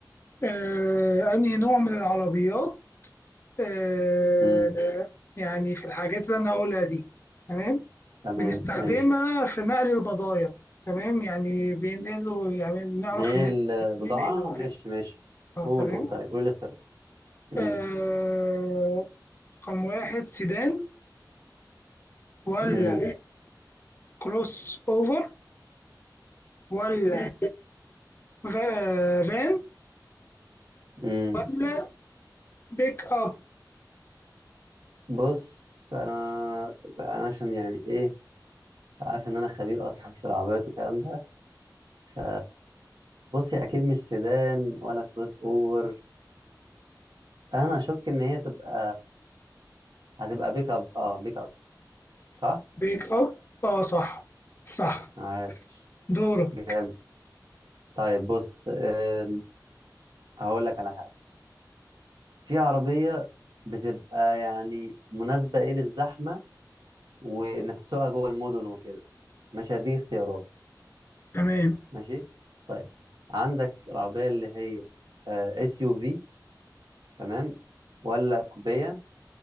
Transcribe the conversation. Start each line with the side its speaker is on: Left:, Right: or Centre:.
Left: آه، أنهي نوع من العربيات آه،
Right: امم
Left: يعني في الحاجات اللي أنا هقولها دي تمام
Right: تمام
Left: بنستخدمها
Right: ماشي
Left: في نقل البضايع تمام يعني بينقلوا يعني بنعرف
Right: بالبضاعة
Left: إن ننقل وكده
Right: ماشي ماشي
Left: آه،
Right: قول
Left: تمام
Right: قول طيب قول الاختيارات امم
Left: آه، رقم واحد سيدان ولا
Right: امم
Left: كروس اوفر ولا فا- فان
Right: امم
Left: ولا بيك اب
Right: بص انا انا عشان يعني ايه انت عارف ان انا خبير اصلا في العربيات والكلام ده ف بص هي اكيد مش سيدان ولا كروس اوفر انا اشك ان هي تبقى هتبقى بيك اب اه بيك اب صح
Left: بيك اب اه صح صح
Right: عاش
Left: دورك
Right: جامد طيب بص أم، هقول لك على حاجه في عربيه بتبقى يعني مناسبه ايه للزحمه وانك تسوقها جوه المدن وكده مش هديك اختيارات
Left: تمام
Right: ماشي طيب عندك العربية اللي هي اس يو في تمام ولا كوبية